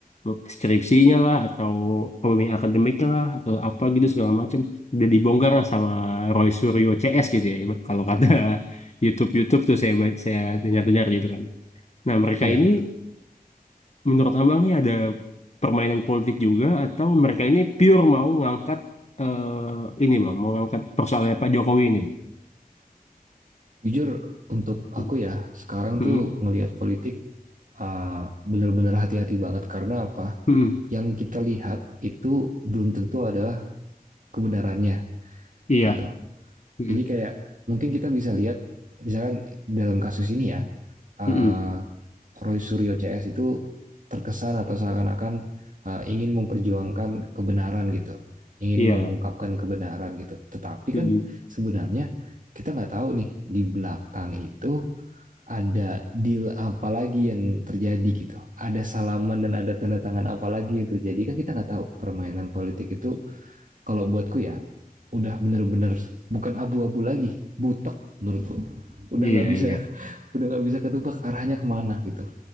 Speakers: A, on the left; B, on the right.
A: eh, skripsinya lah atau pembimbing akademiknya lah atau apa gitu segala macam udah dibongkar lah sama Roy Suryo CS gitu ya. Kalau kata <laughs> YouTube-YouTube tuh saya ba- saya dengar-dengar gitu kan. Nah, mereka
B: ya
A: ini menurut abang nih ada permainan politik juga atau mereka ini pure mau ngangkat eh, ini bang, mau ngangkat persoalannya Pak Jokowi ini bang.
B: jujur untuk aku
A: Mm,
B: ya sekarang
A: mm,
B: tuh ngelihat politik uh, benar-benar hati-hati banget karena apa?
A: mm,
B: Yang kita lihat itu belum tentu adalah kebenarannya
A: Iya,
B: gitu.
A: Mm,
B: Jadi kayak mungkin kita bisa lihat misalkan dalam kasus ini ya uh,
A: mm,
B: Roy Suryo CS itu terkesan atau seakan-akan uh, ingin memperjuangkan kebenaran gitu, ingin
A: iya,
B: mengungkapkan kebenaran gitu. Tetapi
A: Mm,
B: kan sebenarnya kita nggak tahu nih di belakang itu ada deal apa lagi yang terjadi gitu. Ada salaman dan ada tanda tangan apa lagi yang terjadi. Kan kita nggak tahu permainan politik itu kalau buatku ya udah bener-bener bukan abu-abu lagi. Butek menurutku. Udah
A: iya,
B: nggak bisa,
A: iya,
B: <laughs> udah nggak bisa ketebak arahnya kemana gitu.